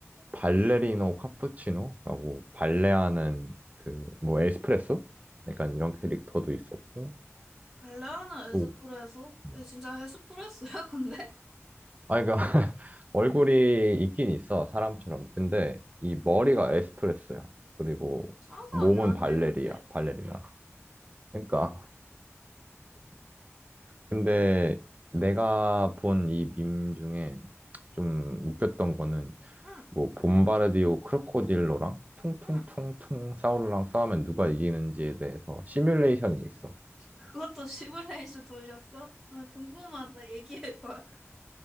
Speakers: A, on the right; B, in the centre.
A: 발레리노 카푸치노라고 발레하는 그 뭐 에스프레소? 약간 이런 캐릭터도 있었고
B: 발레하는
A: 또
B: 에스프레소?
A: 음.
B: 얘 진짜 에스프레소야, 근데?
A: 아 그러니까 <laughs> 얼굴이 있긴 있어 사람처럼 근데 이 머리가
B: 응
A: 에스프레소야 그리고
B: 상상이
A: 몸은
B: 안
A: 발레리야
B: 되는데?
A: 발레리나 그러니까 근데 내가 본 이 밈 중에 좀 웃겼던 거는
B: 응,
A: 뭐 봄바르디오 크로코딜로랑 퉁퉁퉁퉁
B: 응.
A: 사우루랑 싸우면 누가 이기는지에 대해서 시뮬레이션이 있어.
B: 그것도 시뮬레이션 돌렸어? 나 궁금하다. 얘기해봐.